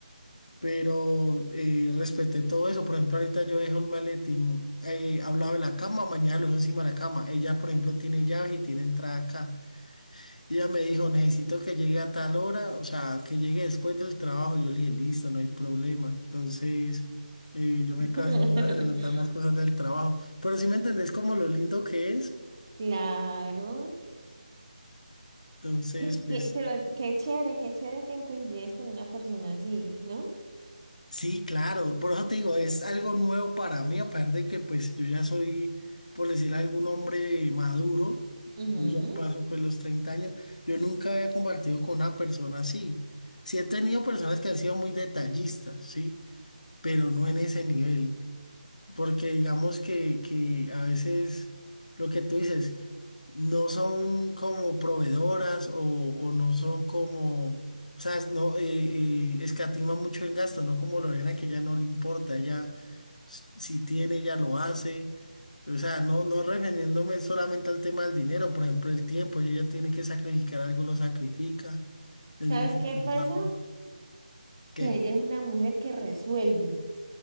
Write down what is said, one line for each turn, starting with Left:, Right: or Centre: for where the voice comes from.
Left: pero eh, respeté todo eso. Por ejemplo, ahorita yo dejo el maletín eh, al lado de la cama, mañana lo dejo encima de la cama. Ella, por ejemplo, tiene llave y tiene entrada acá. Ella me dijo, necesito que llegue a tal hora, o sea, que llegue después del trabajo. Yo le dije, listo, no hay problema. Entonces, eh, yo me
Right: <laughs>
Left: quedo haciendo- adelantando las cosas del trabajo. Pero si me entendés como lo lindo que es,
Right: Claro.
Left: entonces,
Right: Y
Left: pues.
Right: qué- pero qué chévere, qué chévere que coincides con una persona así, ¿no?
Left: Sí, claro, por eso te digo, es algo nuevo para mí, aparte de que pues yo ya soy, por decir algún hombre maduro,
Right: Ujú.
Left: yo ya paso pues los 30 años, yo nunca había compartido con una persona así. Sí he tenido personas que han sido muy detallistas, sí, pero no en ese nivel. Porque digamos que, que a veces lo que tú dices, no son como proveedoras o, o no son como, o sea, es- no, eh, eh, escatima mucho en gasto, no como Lorena que ya no le importa, ella s- si tiene, ella lo hace. O sea, no, no refiriéndome solamente al tema del dinero, por ejemplo, el tiempo, si ella tiene que sacrificar algo, lo sacrifica, es
Right: ¿Sabes
Left: muy responsable.
Right: qué pasa?
Left: ¿Qué?
Right: Que ella es una mujer que resuelve